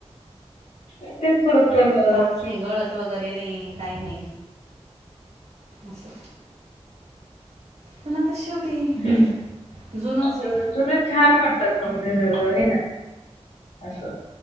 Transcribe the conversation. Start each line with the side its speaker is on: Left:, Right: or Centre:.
Left: इथेच थोडं <inaudible>
Right: त्रास नाही गळत वगैरे नाही, काही नाही. असं. पण आता शेवटी,
Left: हं.
Right: जुनच आहे.
Left: तर जुनं छान वाटतात पण घर होय ना, असं.